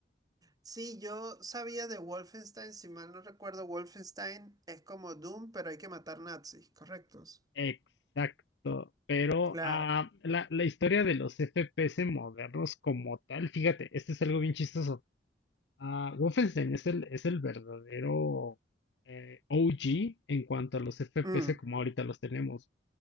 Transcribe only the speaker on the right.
Sí, yo sabía de Wolfenstein, si mal no recuerdo, Wolfenstein es como Doom, pero hay que matar nazis, ¿correctos?
Claro.
Mm,